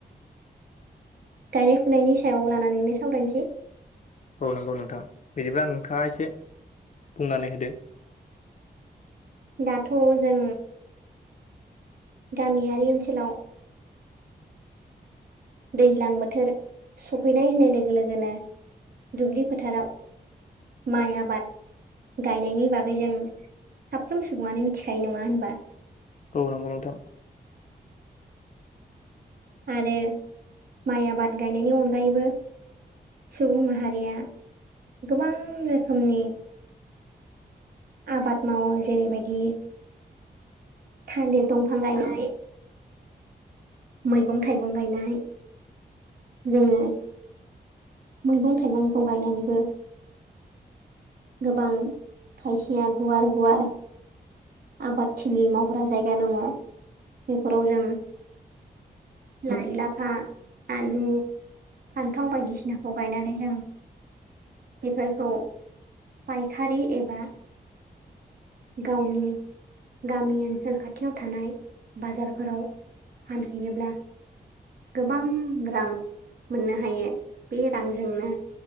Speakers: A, on the right; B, on the left.
A: गायनाय-फुनायनि सायाव लानानैनो सावरायनोसै।
B: औ नंगौ नोंथां। बिदिब्ला नोंथाङा एसे बुंनानै होदो। <inaudible>
A: दाथ जों गामियारि ओनसोलाव दैज्लां बोथोर सफैनाय होननाय लोगो लोगोनो दुब्लि फोथाराव माइ आबाद गायनायनि बागै जों साफ्रोम सुबुङानो मिथिखायो। नङा होनबा?
B: औ नंगौ नोंथां।
A: आरो माइ आबाद गायनायनि अनगायैबो सुबुं माहारिया गोबां रोखोमनि आबाद मावो जेरै बायदि थालिर दंफां गायनाय, मैगं थाइगं गायनाय जोंङो मैगं-थाइगंखौ गायनानैबो गोबां खायसेया गुवार-गुवार आबादथिलि मावग्रा जायगा दङ बेफोराव जों लाइ, लाफा, आलु, फान्थाव बायदिसिनाखौ गायनानै जों बेफोरखौ फायखारि एबा गावनि गामि ओनसोल खाथियाव थानाय बाजारफोराव फानहैयोब्ला गोबां रां मोननो हायो बे रांजोंनो